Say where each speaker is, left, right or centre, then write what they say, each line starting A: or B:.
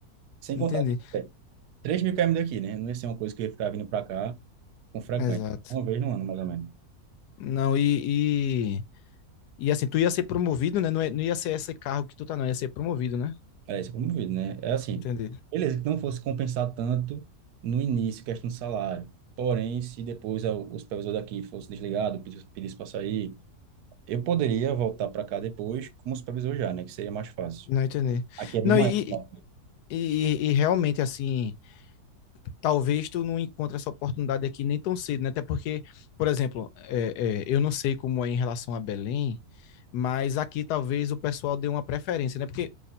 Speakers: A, on the right; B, on the left.
A: Sem
B: Entendi.
A: contar que 3 mil km daqui, né? Não ia ser uma coisa que eu ia ficar vindo para cá com frequência.
B: Exato.
A: Uma vez no ano, mais ou menos.
B: Não, e, e, e assim, tu ia ser promovido, né? Não, é- não ia ser esse cargo que tu tá, não. Ia ser promovido, né?
A: Era isso que eu promovido, né? É assim,
B: Entendi.
A: beleza, que não fosse compensar tanto no início, questão do salário. Porém, se depois a- o supervisor daqui fosse desligado, pedisse para sair, Eu poderia voltar para cá depois como supervisor já, né? Que seria mais fácil.
B: Não entendi.
A: Aqui é bem
B: Não,
A: maior.
B: e,
A: lá.
B: e, e- e realmente, assim, talvez tu não encontre essa oportunidade aqui nem tão cedo, né? Até porque, por exemplo, é, é, eu não sei como é em relação a Belém, mas aqui talvez o pessoal dê uma preferência, né? Porque